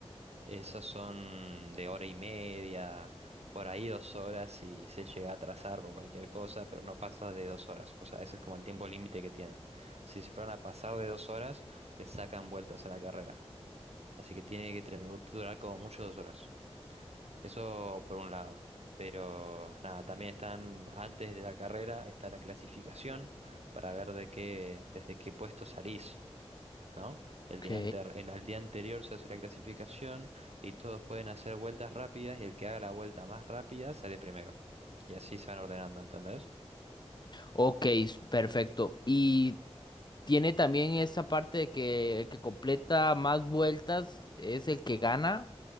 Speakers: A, on the right; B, on the left.
A: Esas son de hora y media, por ahí dos horas y se llega a atrasar por cualquier cosa, pero no pasa de dos horas. O sea, ese es como el tiempo límite que tienen. Si se fueran a pasar de dos horas, les sacan vueltas a la carrera. Así que tiene que tre- durar como mucho dos horas. Eso por un lado. Pero nada, también están antes de la carrera, está la clasificación para ver de qué, desde qué puesto salís. ¿no? El día
B: Ok,
A: anter- en, el día anterior se hace la clasificación y todos pueden hacer vueltas rápidas y el que haga la vuelta más rápida sale primero. Y así se van ordenando, ¿entendés?
B: ok, s- perfecto. Y Tiene también esa parte de que el que completa más vueltas es el que gana,